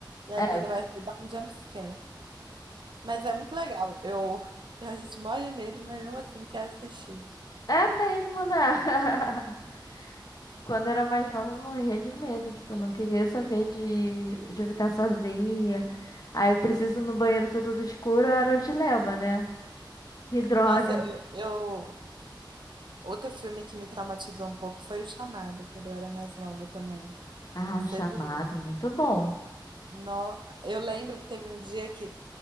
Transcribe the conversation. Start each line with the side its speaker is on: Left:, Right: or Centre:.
Right: E aí
Left: É,
Right: quando vai ver, dá um jump scare. Mas é muito legal. Eu, a gente morre de medo, mas mesmo assim quer assistir.
Left: é mesmo, né? <laughs> Quando eu era mais nova, eu morria de medo. Tipo, eu não queria saber de, de ficar sozinha. Aí eu preciso ir no banheiro ser tudo escuro, era o dilema, né? Que droga.
Right: Nossa, eu, eu- Outro filme que me traumatizou um pouco foi O Chamado, quando eu era mais nova também.
Left: Ah,
Right: Você
Left: o chamado,
Right: viu?
Left: muito bom.
Right: No... Eu lembro que teve um dia que